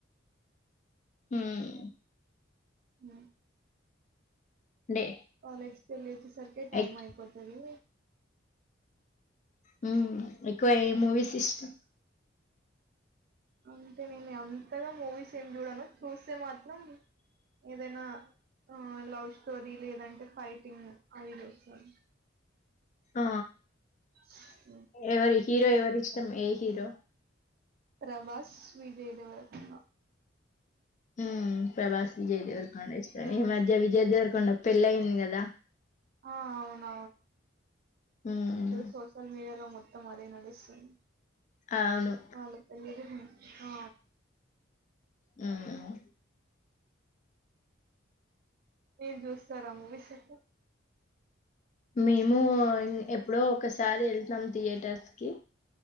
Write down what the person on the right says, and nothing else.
ఉ
కాలేజ్ కి వెళ్లి వచ్చేసరికి టైమ్
అయిపోతది.
అంటే నేను అంతగా మూవీస్ ఏం చూడాను చూస్తే మాత్రం ఏదైనా లవ్ స్టోరీ లేదంటే ఫైటింగ్ అవి చూస్తాం.
<inaudible>
ప్రభాస్ విజయ్ దేవర కొండ
ఆ
ఆ అవును
ఇప్పుడు సోషల్ మీడియాలో మొత్తం అదే నడుస్తుంది.
వాళ్ళకు పెళ్ళి ఆ
మీరు చూస్తారా మూవీస్ ఎక్కు